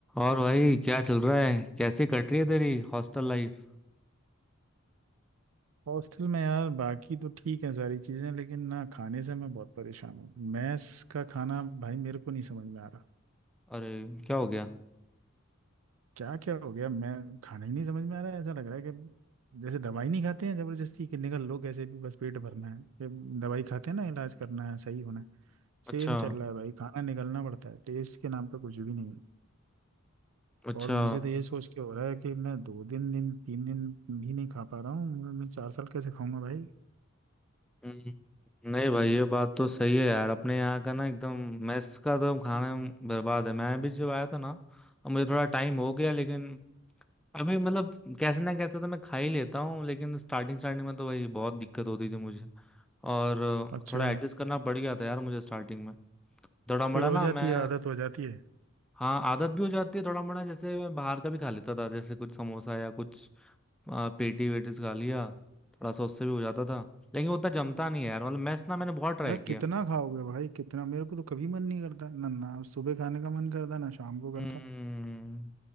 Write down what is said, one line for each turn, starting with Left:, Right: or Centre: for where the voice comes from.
Centre: और भाई क्या चल रहा है कैसे कट रही है तेरी हॉस्टल लाइफ
Right: Hostel में यार बाकी तो ठीक है सारी चीज़ें लेकिन ना खाने से मैं बहुत परेशान हूँ मैस का खाना भाई मेरे को नहीं समझ में आ रहा
Centre: अरे क्या हो गया
Right: क्या क्या हो गया मैं खाना ही नहीं समझ में आ रहा है ऐसा लग रहा है कि जैसे दवाई नहीं खाते हैं जबरदस्ती कि निकल लो कैसे भी बस पेट भरना है कि दवाई खाते हैं ना इलाज करना है सही होना है
Centre: अच्छा
Right: सेम चल रहा है भाई खाना निकलना पड़ता है टेस्ट के नाम पे कुछ भी नहीं है
Centre: अच्छा
Right: और मुझे तो ये सोच के हो रहा है कि मैं दो दिन दिन तीन दिन भी नहीं खा पा रहा हूँ मैं मैं चार साल कैसे खाऊंगा भाई
Centre: हम्म, नहीं भाई ये बात तो सही है यार अपने यहाँ का ना एकदम मेस का तो खाना बर्बाद है मैं भी जब आया था ना अब मुझे थोड़ा टाइम हो गया लेकिन अभी मतलब कैसे ना कैसे तो मैं खा ही लेता हूँ लेकिन स्टार्टिंग स्टार्टिंग में तो भाई बहुत दिक्कत होती थी मुझे और अ,
Right: अच्छा
Centre: थोड़ा एडजस्ट करना पड़ गया था यार मुझे स्टार्टिंग में थोड़ा बड़ा
Right: फिर हो
Centre: ना
Right: जाती
Centre: मैं
Right: है आदत हो जाती है
Centre: हाँ आदत भी हो जाती है थोड़ा मोड़ा जैसे मैं बाहर का भी खा लेता था जैसे कुछ समोसा या कुछ आ, पेटी वेटीस खा लिया थोड़ा सा उससे भी हो जाता था लेकिन वो उतना जमता नहीं है यार मतलब मैस ना मैंने बहुत ट्राई
Right: यार
Centre: किया
Right: कितना खाओगे भाई कितना मेरे को तो कभी मन नहीं करता ना ना सुबह खाने का मन करता ना शाम को करता
Centre: हम्म